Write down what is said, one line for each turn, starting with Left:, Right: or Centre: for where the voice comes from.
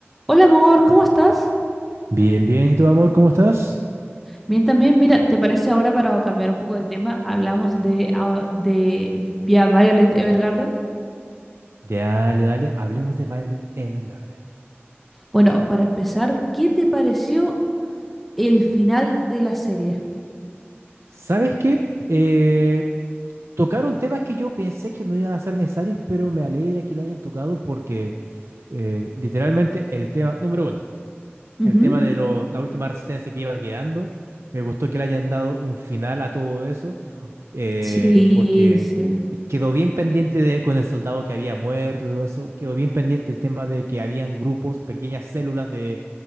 Centre: Hola amor, ¿cómo estás?
Right: Bien, bien, ¿y tu amor, cómo estás?
Centre: Bien también, mira, ¿te parece ahora para cambiar un poco de tema? Hablamos de, ah, de Vi- Violet Evergarden.
Right: Dale, dale, hablemos de Violet Evergarden.
Centre: Bueno, para empezar, ¿qué te pareció el final de la serie?
Right: ¿Sabes qué? Eh, tocaron temas que yo pensé que no iban a ser necesarios, pero me alegra que lo hayan tocado porque eh, literalmente el tema, número uno,
Centre: Ujú.
Right: el tema de lo- la última resistencia que iba quedando, me gustó que le hayan dado un final a todo eso. eh,
Centre: Sí,
Right: porque
Centre: sí.
Right: quedó bien pendiente de- con el soldado que había muerto y todo eso, quedó bien pendiente el tema de que habían grupos, pequeñas células de